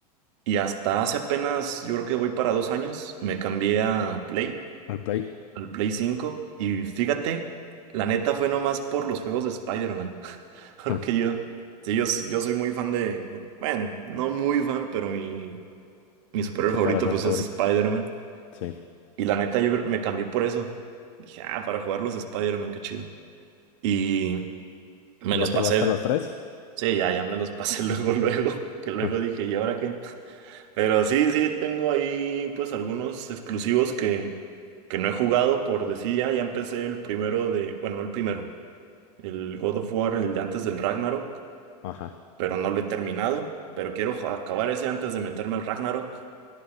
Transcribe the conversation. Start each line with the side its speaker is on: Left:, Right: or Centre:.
Right: Y hasta hace apenas, yo creo que voy para dos años, me cambié a Play,
Left: Al Play.
Right: al Play cinco Y fíjate, la neta fue nomás por los juegos de Spider-Man. <laughs> Porque
Left: <laughs>
Right: yo, sí, yo, yo soy muy fan de, bueno, no muy fan, pero mi, mi superhéroe
Left: Superhéroe
Right: favorito pues
Left: favorito.
Right: es Spider-Man.
Left: Sí.
Right: Y la neta, yo me cambié por eso. Dije, ah, para jugar los Spider-Man, qué chido. Y me
Left: ¿Ya
Right: los
Left: te
Right: pasé.
Left: gasté los tres?
Right: Sí, ya, ya me los pasé <laughs> luego, luego. Que luego
Left: <laughs>
Right: dije, ¿y ahora qué? Pero sí, sí, tengo ahí pues algunos exclusivos que, que no he jugado por decir ya. Ya empecé el primero de, bueno, no el primero, el God of War, el de antes del Ragnarok,
Left: Ajá.
Right: pero no lo he terminado. Pero quiero ju- acabar ese antes de meterme al Ragnarok.